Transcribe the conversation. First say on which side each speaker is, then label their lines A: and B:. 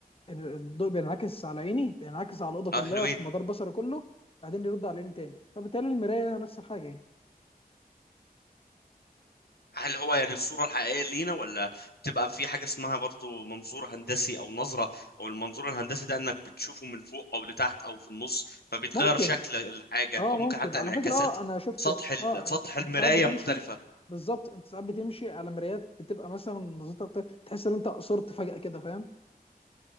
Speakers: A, on the left (about 35°); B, on the left (about 80°).
A: ال- الضوء بينعكس على عيني بينعكس على الاوضه كلها
B: اه حلوين
A: في مدار بصري كله بعدين يرد على عيني تاني فبالتالي المرايه نفس الحاجه
B: هل هو يعني الصورة الحقيقية لينا ولا تبقى في حاجة اسمها برضو منظور هندسي أو نظرة أو المنظور الهندسي ده إنك بتشوفه من فوق أو لتحت أو في النص فبيتغير
A: ممكن
B: شكل الحاجة
A: اه
B: أو ممكن
A: ممكن
B: حتى
A: على
B: انعكاسات
A: فكرة اه انا شفت
B: سطح ال...
A: اه
B: سطح المراية
A: انت ساعات بتمشي
B: مختلفة
A: بالظبط انت ساعات بتمشي على مرايات بتبقى مثلا نظرتها بت- تحس ان انت قصرت فجأة كده فاهم